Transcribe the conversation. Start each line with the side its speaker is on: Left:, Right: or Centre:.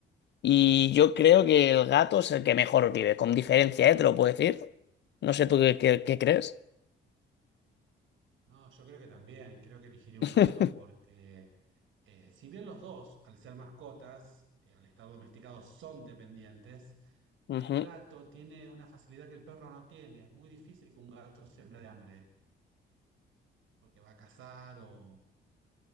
Left: y yo creo que el gato es el que mejor vive, con diferencia, ¿eh? Te lo puedo decir. No sé tú qué, qué- qué crees.
Right: No, yo creo que también, creo que elegiría un
Left: <laughs>
Right: gato porque eh, si bien los dos, al ser mascotas, eh, al estar domesticados, son dependientes,
Left: Ujú.
Right: el gato tiene una facilidad que el perro no tiene. Es muy difícil que un gato se muera de hambre. eh, porque va a cazar o